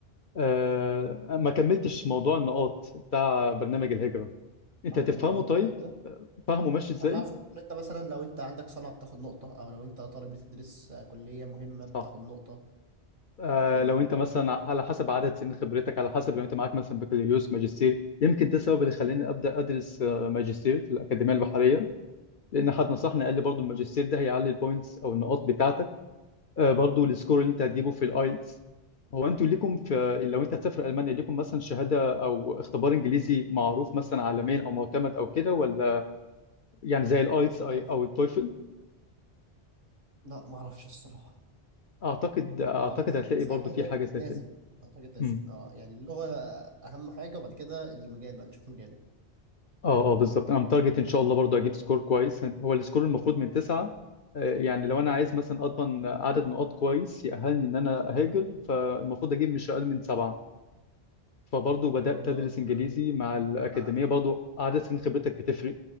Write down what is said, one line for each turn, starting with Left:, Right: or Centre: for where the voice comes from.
Left: آه، ما كملتش موضوع النقاط بتاع برنامج الهجره انت
Right: أه
Left: تفهمه
Right: كملوا
Left: طيب
Right: بقى كده
Left: فاهمه ماشي ازاي
Right: أنا عارف إن أنت مثلا لو أنت عندك صنعة بتاخد نقطة أو لو أنت طالب بتدرس كلية مهمة بتاخد
Left: صح
Right: نقطة
Left: آه
Right: كده
Left: لو انت مثلا ع- على حسب عدد سنين خبرتك على حسب لو انت معاك مثلا بكالوريوس ماجستير يمكن ده السبب اللي خلاني ابدا ادرس آه، ماجستير في الاكاديميه البحريه لان حد نصحني قال لي برضو الماجستير ده هيعلي البوينتس او النقاط بتاعتك آه برضو السكور اللي انت هتجيبه في الايلتس هو انتوا ليكم في لو انت هتسافر المانيا ليكم مثلا شهاده او اختبار انجليزي معروف مثلا عالميا او معتمد او كده ولا يعني زي الايلتس
Right: مش
Left: او
Right: عارف
Left: التويفل
Right: لا ما أعرفش الصراحة
Left: اعتقد اعتقد
Right: ما أعرفش
Left: هتلاقي
Right: بس
Left: برضو
Right: على كده
Left: في
Right: ده
Left: حاجه زي
Right: لازم
Left: كده
Right: أعتقد لازم
Left: مم.
Right: أه يعني اللغة أهم حاجة وبعد كده المجال بقى نشوف مجاله إن
Left: اه اه بالظبط انا متارجت ان شاء الله برضو اجيب سكور كويس هو السكور المفروض من تسعة آه، يعني لو انا عايز مثلا اضمن عدد نقاط كويس يأهلني ان انا اهاجر فالمفروض اجيب مش اقل من سبعة فبرضو بدأت
Right: شاء الله
Left: ادرس
Right: كده
Left: انجليزي
Right: إيه
Left: مع الاكاديمية
Right: حققها
Left: برضو عدد سنين خبرتك بتفرق